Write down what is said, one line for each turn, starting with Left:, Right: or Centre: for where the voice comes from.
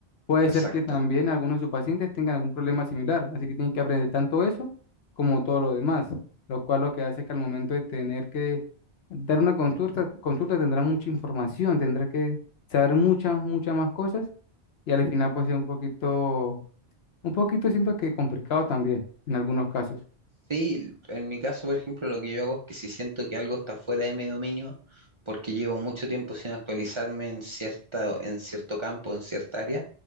Left: Puede
Right: exacto.
Left: ser que también algunos de sus pacientes tengan algún problema similar, así que tienen que aprender tanto eso como todo lo demás, lo cual lo que hace es que al momento de tener que dar una consulta, consulta tendrá mucha información, tendrá que saber muchas, muchas más cosas y al final puede ser un poquito, un poquito siento que complicado también en algunos casos.
Right: Sí, en mi caso, por ejemplo, lo que yo hago es que si siento que algo está fuera de mi dominio, porque llevo mucho tiempo sin actualizarme en cierta, en cierto campo, en cierta área,